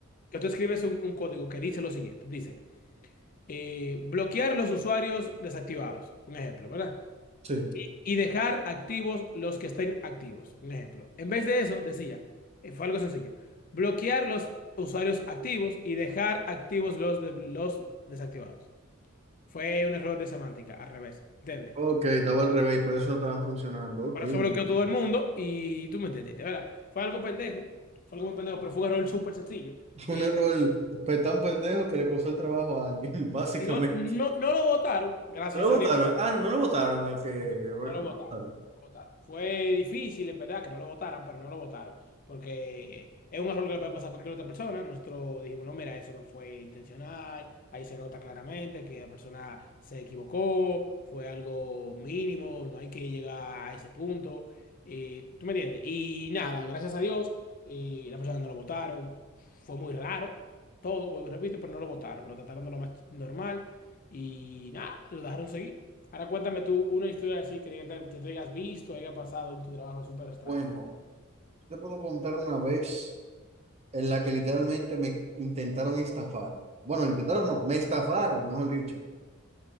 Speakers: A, on the left; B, on the right.
A: que tú escribes un, un código que dice lo siguiente, dice, eh, bloquear los usuarios desactivados, un ejemplo, ¿verdad?
B: Sí.
A: y dejar activos los que estén activos. Un ejemplo. En vez de eso, decía, eh, fue algo sencillo, bloquear los usuarios activos y dejar activos los, de- los desactivados. Fue un error de semántica, al revés, ¿entiendes?
B: Ok, estaba al revés, por eso no estaban funcionando. Ok.
A: Por eso bloqueó todo
B: <laughs>
A: el mundo y tú me entendiste, ¿verdad? Fue algo pendejo, fue algo muy pendejo, pero fue un error súper sencillo.
B: Un
A: Y
B: error pues, tan pendejo que le costó el trabajo a alguien, <laughs> básicamente.
A: no, no, no lo votaron, gracias
B: ¿No lo votaron?
A: a Dios.
B: Ah, no, no lo votaron al que...
A: No, no
B: Bueno,
A: no lo
B: no
A: votaron.
B: lo votaron.
A: no lo votaron. Fue difícil, en verdad, que no lo votaran, pero no lo votaron. Porque es un error que le puede pasar a cualquier otra persona. Nosotros dijimos, no, mira, eso no fue intencional. Ahí se nota claramente que la persona se equivocó. Fue algo mínimo. No hay que llegar a ese punto. Eh, ¿tú me entiendes? Y nada, gracias a Dios, eh, la persona no lo votaron. Fue muy raro. Todo, vuelvo y repito, pero no lo votaron. Lo trataron de lo más normal. Y nada, lo dejaron seguir. Ahora cuéntame tú una historia así que, te- que tú hayas visto, haya pasado en tu trabajo súper extraño.
B: Bueno, te puedo contar una vez en la que literalmente me intentaron estafar. Bueno, intentaron no, me estafaron, mejor dicho,